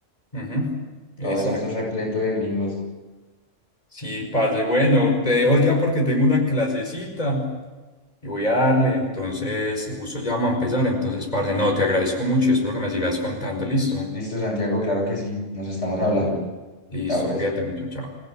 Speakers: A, on the left; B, on the left.
A: Ujú, Exacto.
B: todo eso es repleto de gringos.
A: Sí, parce, bueno, te dejo ya porque tengo una clasecita y voy a darle, entonces justo ya vamos a empezar, entonces parce, no, te agradezco mucho y espero que me sigas contando, listo.
B: Listo, Santiago, claro que sí, nos estamos hablando.
A: Vale. Listo,
B: Chao, pues.
A: cuídate mucho, chao.